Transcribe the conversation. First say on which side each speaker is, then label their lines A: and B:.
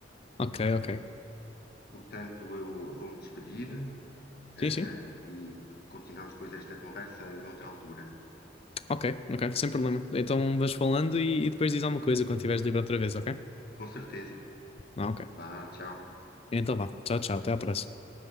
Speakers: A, on the left; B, on the left.
A: Ok, ok.
B: portanto eu vou-me despedir, eh,
A: Sim, sim.
B: e continuamos depois esta conversa noutra altura.
A: Ok, ok, sem problema. Então vais falando e, e depois diz alguma coisa quando estiveres livre outra vez, ok?
B: Com certeza.
A: Ah, ok.
B: Vá, tchau.
A: Então vá. Tchau, tchau. Até à próxima.